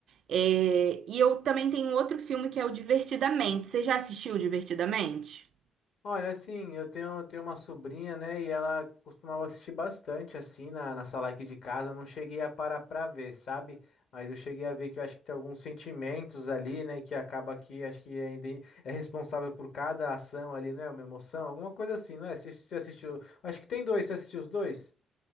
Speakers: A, on the right; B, on the left.
A: É, E eu também tenho outro filme que é o Divertidamente. Você já assistiu Divertidamente?
B: Olha, assim, eu tenho, eu tenho uma sobrinha, né? E ela costumava assistir bastante, assim, na, na sala aqui de casa. Eu não cheguei a parar pra ver, sabe? Mas eu cheguei a ver que eu acho que tem alguns sentimentos ali, né? Que acaba que acho que é, iden- é responsável por cada ação ali, né? Uma emoção, alguma coisa assim, não é? Você, você assistiu? Acho que tem dois, você assistiu os dois?